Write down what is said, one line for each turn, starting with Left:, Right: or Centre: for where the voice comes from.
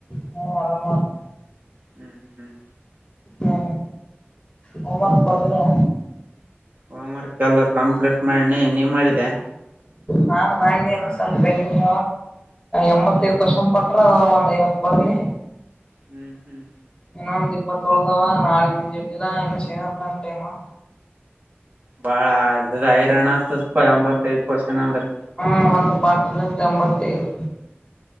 Left: ಹ್ಮ ಆರಾಮ
Right: ಹ್ಮ್ ಹ್ಮ್.
Left: ಹಾ ಹೋಮ್ವರ್ಕ್ ಬರದ್ರ್ಯಾ.
Right: ಹೋಮ್ ವರ್ಕ್ ಎಲ್ಲ ಕಂಪ್ಲೀಟ್ ಮಾಡ್ನೀ ನೀ ಮಾಡಿದ್ಯಾ.
Left: ಹಾನ್ ಮಾಡಿ ಸ್ವಲ್ಪಿಂಗ ಎಂಬತ್ತೈ
Right: ಹ್ಮ್
Left: ವರ್ಷನ್
Right: ಹ್ಮ್
Left: ಕೊ ಅ ಒಂದ್ ಐವತ್ತು ಬರ್ನಿ
Right: ಹ್ಮ್ ಹ್ಮ್
Left: ಇನ್ನೊ ಒಂದ್ ಇಪ್ಪತ್ತೊ ಉಳದಾವ ನಾಳೆ ಮುಂೆ ಇರ್ಲಿಲ್ಲಾ ಇನ್ನ ಏನರ್ತ ಉಂಟೇನೋ
Right: ಬಾಳ ಅದ ಹೈರಾಣ ಆತದ ಹತ್ತ್ ಎಂಬತ್ತೈಐದ ಕ್ವಶನ ಅಂದ್ರ
Left: ಹ್ಮ ಒಂದು ಪಾತ್ರಲಿಂತ ಎಂಬತ್ತ ಏದು